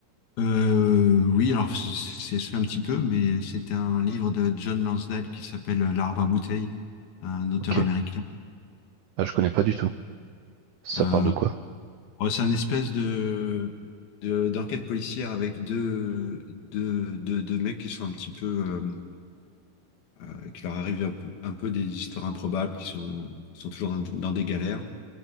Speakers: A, on the left; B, on the right.
A: Euh, oui, alors c'est c'est- ça fait un petit peu, mais c'était un livre de John Lansdale qui s'appelle L'arbre à bouteille, un auteur
B: Ok.
A: américain.
B: Ah, je connais pas du tout. Ça
A: Euh,
B: parle de quoi?
A: ouais, c'est un espèce de, de- d'enquête policière avec deux, deux, deux, deux mecs qui sont un petit peu, euh, qui leur arrivent un peu, un peu des histoires improbables, qui sont, qui sont toujours dans, dans des galères.